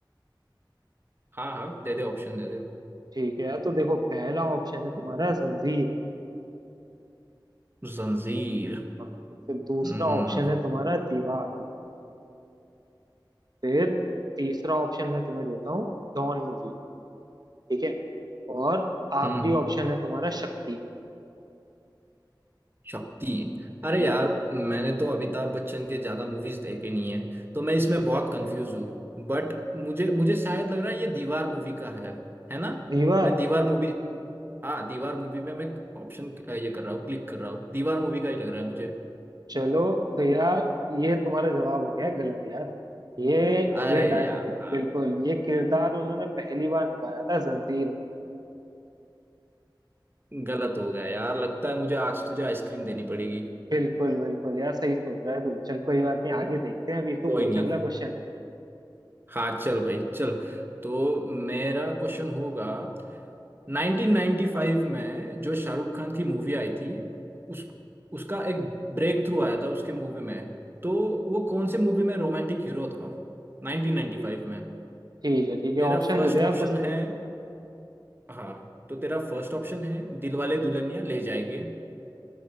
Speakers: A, on the right; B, on the right.
A: हाँ हाँ दे दे ऑप्शन दे दे
B: ठीक है यार तो देखो पहला ऑप्शन है तुम्हारा जंजीर
A: जंजीर
B: हाँ फिर दूसरा
A: हम्म
B: ऑप्शन है तुम्हारा दीवार फिर तीसरा ऑप्शन मैं तुम्हें देता हूँ डॉन मूवी ठीक है और आखिरी
A: हम्म
B: ऑप्शन है तुम्हारा शक्ति
A: शक्ति अरे
B: बिल्कुल
A: यार मैंने तो अमिताभ बच्चन के ज्यादा मूवीज देखे नहीं है तो मैं इसमें बहुत कंफ्यूज हूँ बट मुझे मुझे शायद लग रहा है ये दीवार मूवी का है है ना
B: दीवार
A: मैं दीवार मूवी हाँ दीवार मूवी पे मैं ऑप्शन ये कर रहा हूँ क्लिक कर रहा हूँ दीवार मूवी का ही लग रहा है मुझे
B: चलो तो यार ये तुम्हारा जवाब हो गया गलत यार ये
A: अरे
B: ये डाय
A: यार
B: बिल्कुल
A: यार
B: ये किरदार उन्होंने पहली बार निभाया था जंजीर में।
A: गलत हो गया यार लगता है मुझे आज तुझे आइसक्रीम देनी पड़ेगी
B: बिल्कुल बिल्कुल यार सही सोच रहा है तू चल कोई बात नहीं आगे देखते हैं अभी तू
A: कोई
B: पूछ
A: नहीं
B: अगला क्वेश्चन
A: हाँ चल भाई चल तो मेरा क्वेश्चन होगा 1995 में जो शाहरुख खान की मूवी आई थी उस उसका एक ब्रेक थ्रू आया था उसके मूवी में तो वो कौन से मूवी में रोमांटिक हीरो था 1995
B: ठीक
A: में
B: ठीक है ठीक है
A: तेरा
B: ऑप्शन
A: फर्स्ट
B: दे दे
A: ऑप्शन
B: आप उससे
A: है हाँ तो तेरा फर्स्ट ऑप्शन है दिलवाले दुल्हनिया ले जाएंगे